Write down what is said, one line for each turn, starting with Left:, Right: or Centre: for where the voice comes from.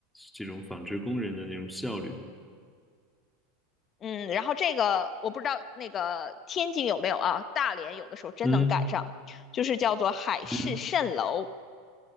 Centre: 这种纺织工人的那种效率嘛。
Left: 嗯，然后这个我不知道那个天津有没有啊，大连有的时候真能赶上，
Centre: 嗯
Left: 就是叫做海市蜃楼。
Centre: 嗯。